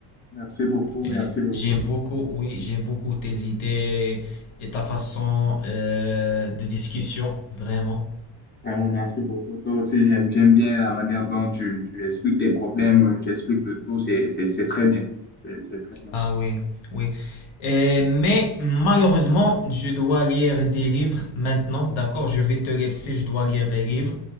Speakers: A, on the left (about 25°); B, on the left (about 85°).
A: Merci beaucoup,
B: Et
A: merci beaucoup.
B: j'aime beaucoup, oui, j'aime beaucoup tes idées et ta façon euh, de discussion, vraiment.
A: Vraiment, merci beaucoup. Toi aussi, j'aime, j'aime bien la manière dont tu, tu expliques tes problèmes, tu expliques le tout, c'est, c'est, c'est très bien. C'est, c'est très bien.
B: Ah oui, oui. Et- mais malheureusement, je dois lire des livres maintenant, d'accord? Je vais te laisser, je dois lire des livres.